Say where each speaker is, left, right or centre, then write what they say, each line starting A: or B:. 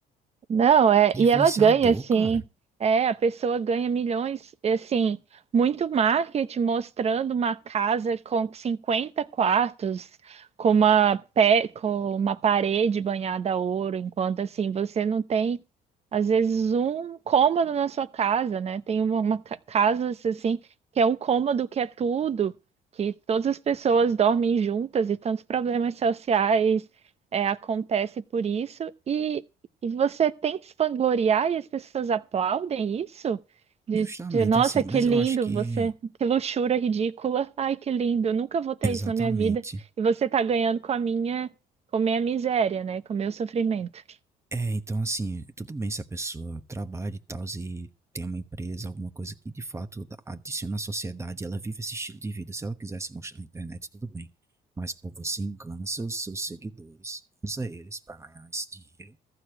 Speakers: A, on the right (about 40°); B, on the right (about 15°).
A: Não, é,
B: de
A: e
B: influenciador,
A: ela ganha, assim,
B: cara.
A: é, a pessoa ganha milhões, e, assim, muito marketing mostrando uma casa com 50 quartos, com uma, pé, com uma parede banhada a ouro, enquanto, assim, você não tem, às vezes, um cômodo na sua casa, né? Tem uma, uma ca- casas, assim, que é um cômodo que é tudo, que todas as pessoas dormem juntas e tantos problemas sociais é, acontece por isso. E e você tem que se vangloriar e as pessoas aplaudem isso? De,
B: Justamente
A: de, nossa,
B: assim,
A: que
B: mas
A: lindo
B: eu acho que
A: você, que luxúria ridícula. Ai, que lindo, eu nunca vou ter
B: exatamente.
A: isso na minha vida. E você tá ganhando com a minha, com a minha miséria, né? Com o meu sofrimento.
B: É, então assim, tudo bem se a pessoa trabalha e tal, e tem uma empresa, alguma coisa que de fato dá- adiciona à sociedade, ela vive esse estilo de vida. Se ela quiser se mostrar na internet, tudo bem. Mas, pô, você engana seus, seus seguidores, usa eles pra ganhar esse dinheiro,